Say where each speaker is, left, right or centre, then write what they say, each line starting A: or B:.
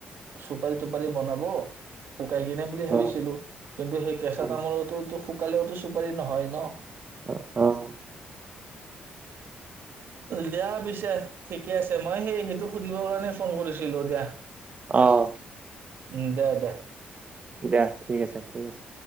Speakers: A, on the right; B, on the right.
A: চুপাৰি-টুপাৰি বনাব? শুকাই কিনে বুলি
B: অ
A: ভাবিছিলো। কিন্তু সেই কেঁচা
B: অ
A: তামোলতটোতো শুকালেওতো চুপাৰি নহয় ন?
B: অ' অ'।
A: দ্যা পিছে ঠিকে আছে মই সেই সেইটো সুধিবৰ কাৰণে ফোন কৰিছিলো দ্যাঃ।
B: অ'।
A: উম দে দে।
B: দিয়া ঠিক আছে ঠিক আছে।